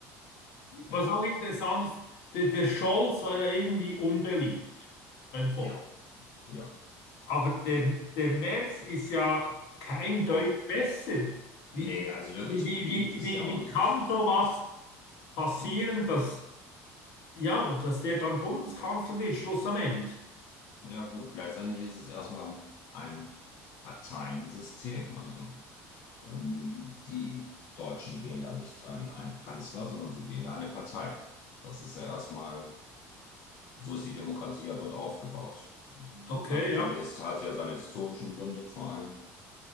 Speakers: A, on the left (about 75°); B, on the left (about 50°).
A: Was
B: Ja,
A: auch interessant ist, der, der Scholz war ja irgendwie unbeliebt beim Volk.
B: ja, ja,
A: Aber der,
B: ja.
A: der Merz ist ja kein Deut
B: Oh.
A: besser. Wie,
B: Nee, also wirklich
A: wie, wie,
B: beliebt
A: wie,
B: ist
A: wie
B: er
A: wie
B: auch nicht.
A: kann sowas passieren,
B: Hm.
A: dass, ja, dass der dann Bundeskanzler wird, Schluss am Ende?
B: Ja gut, letztendlich ist es erstmal ein Parteiensystem. Also ähm, die Deutschen wählen ja nicht einen, einen Kanzler, sondern sie wählen ja eine Partei. Das ist ja erstmal So ist die Demokratie ja dort aufgebaut.
A: Okay,
B: Hat ja seine,
A: ja,
B: hat ja seine historischen Gründe vor allem.